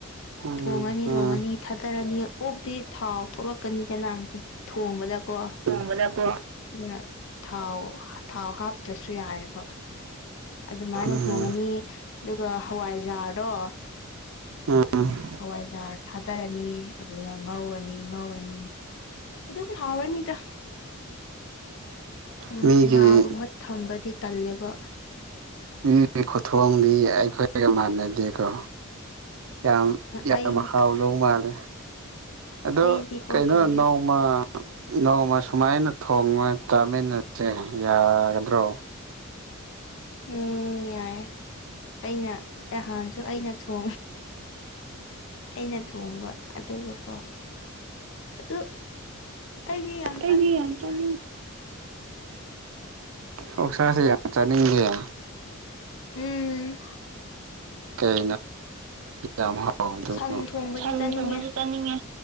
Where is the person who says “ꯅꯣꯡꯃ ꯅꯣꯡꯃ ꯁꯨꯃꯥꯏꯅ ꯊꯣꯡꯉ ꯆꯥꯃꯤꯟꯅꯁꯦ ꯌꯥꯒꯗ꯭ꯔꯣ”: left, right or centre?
Right